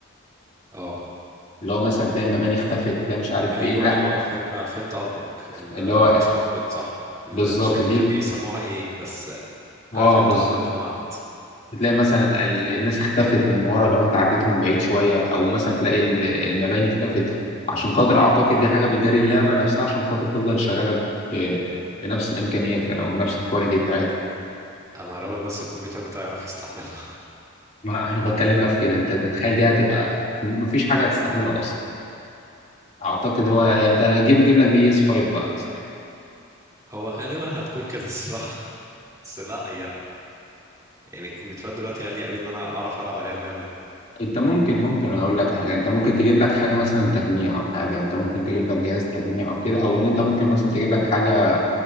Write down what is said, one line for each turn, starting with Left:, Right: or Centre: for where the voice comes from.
Right: اه
Left: اللي هو مثلا تلاقي المباني اختفت تلاقي مش عارف
Right: ايوه
Left: ايه لا
Right: ايوه فهمت آه، فهمت قصدك ال-
Left: اللي هو
Right: دي مش موجوده صح ال-
Left: بالظبط
Right: مش فاكر
Left: دي
Right: كان بيسموها ايه بس
Left: اه
Right: انا فهمت
Left: بالظبط
Right: قصدك جمعت
Left: تلاقي مثلا ال- ال- الناس اختفت من ورا لو انت عديت من بعيد شويه او مثلا تلاقي ال- المباني اختفت عشان خاطر اعتقد دي حاجه بتجري اللعبه نفسها عشان خاطر تفضل شغاله ب- بنفس الامكانيات يعني او بنفس الكواليتي بتاعتها
Right: انا رامي بس الكمبيوتر بتاعي يعرف يستحملها
Left: ما انا بتكلم بقى في كده انت تتخيل دي هتبقى مفيش حاجه هتستحملها اصلا اعتقد هو يعني
Right: <laughs> يعني
Left: انت جيب جيب لك بي اس 5 بقى مثلا
Right: هو غالبا هتكون كده الصراحه بس لا هي يعني الكمبيوترات دلوقتي غاليه قوي ان انا اعرف العب عليها اللعبه دي
Left: انت ممكن ممكن اقول لك حاجه انت ممكن تجيب لك حاجه مثلا تجميع او حاجه انت ممكن تجيب لك جهاز تجميع او كده او ان انت ممكن مثلا تجيب لك حاجه